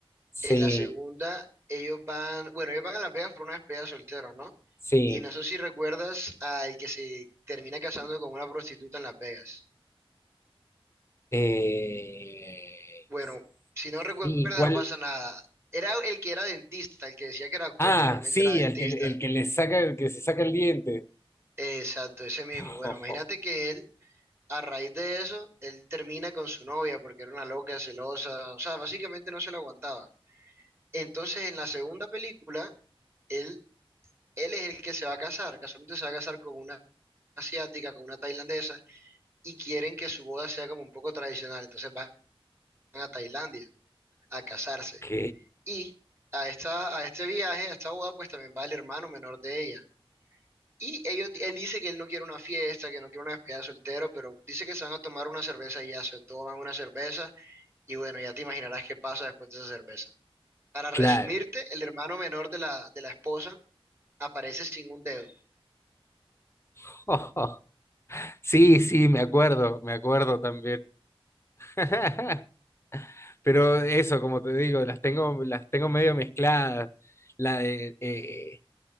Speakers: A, on the left; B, on the right.
A: Sí,
B: en la segunda ellos van, bueno, ellos van a Las Vegas por una despedida de soltero, ¿no?
A: sí.
B: Y no sé si recuerdas al que se termina casando con una prostituta en Las Vegas.
A: Eh,
B: Bueno, si no recuerdas
A: sí, ¿cuál?
B: no pasa nada. Era el que era dentista, el que decía que era doctor,
A: Ah,
B: pero realmente
A: sí,
B: era dentista.
A: el que, el que le saca, el que se saca el diente.
B: Exacto, ese mismo.
A: <laughs>
B: Bueno, imagínate que él, a raíz de eso, él termina con su novia porque era una loca, celosa, o sea, básicamente no se la aguantaba. Entonces, en la segunda película, él él es el que se va a casar, casualmente se va a casar con una asiática, con una tailandesa, y quieren que su boda sea como un poco tradicional, entonces van a Tailandia a casarse.
A: Ok,
B: Y a esta, a este viaje, a esta boda, pues también va el hermano menor de ella. Y ellos, él dice que él no quiere una fiesta, que no quiere una despedida de soltero, pero dice que se van a tomar una cerveza y ya se toman una cerveza y bueno, ya te imaginarás qué pasa después de esa cerveza. Para resumirte,
A: claro.
B: el hermano menor de la, de la esposa aparece sin un dedo.
A: <laughs> Sí, sí, me acuerdo, me acuerdo también. <laughs> Pero eso, como te digo, las tengo, las tengo medio mezcladas. La de eh,